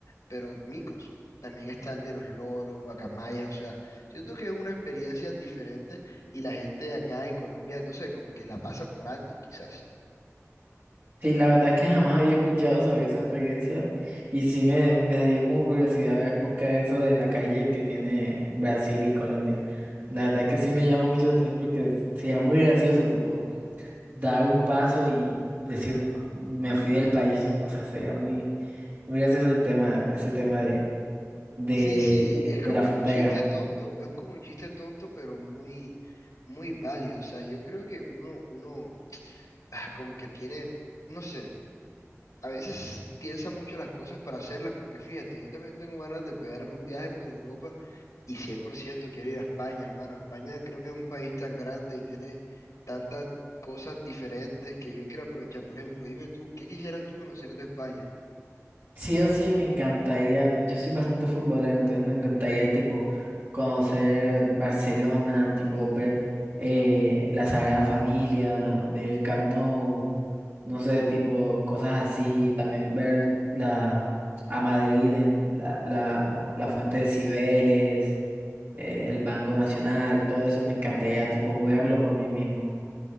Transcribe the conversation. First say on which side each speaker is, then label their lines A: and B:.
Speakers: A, on the left (about 80°); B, on the right (about 45°).
A: pero micos. También está el de los loros, guacamayas, o sea, siento que es una experiencia diferente y la gente de acá en Colombia, no sé, como que la pasa por alto quizás.
B: Sí, la verdad es que jamás había escuchado sobre esa experiencia y sí me, me dio como curiosidad ver- buscar eso de la calle que tiene Brasil y Colombia. La verdad es que sí me llama mucho la atención porque sería muy gracioso, tipo, dar un paso y decir, me fui del país. No sé, sería muy, muy gracioso el tema, ese tema de de,
A: Sí, sí, es
B: de
A: como
B: la frontera.
A: un chiste tonto, es como un chiste tonto, pero muy, muy válido. O sea, yo creo que uno, uno, ah, como que tiene, no sé. A veces piensa mucho las cosas para hacerlas, porque fíjate, yo también tengo ganas de pegarme un viaje por Europa y 100% quiero ir a España, hermano. España creo que es un país tan grande y tiene tantas cosas diferentes que yo quiero aprovechar. Por ejemplo, dime tú, ¿qué quisieras tú conocer de España?
B: Sí o sí me encantaría, pues, yo soy bastante futbolero, entonces me encantaría tipo conocer Barcelona, tipo ver eh, la Sagrada Familia, ver el Camp Nou, no sé, tipo cosas así, también ver la a Madrid en la, la, la Fuente de Cibeles, eh, el Banco Nacional, todo eso me encantaría tipo verlo por mí mismo.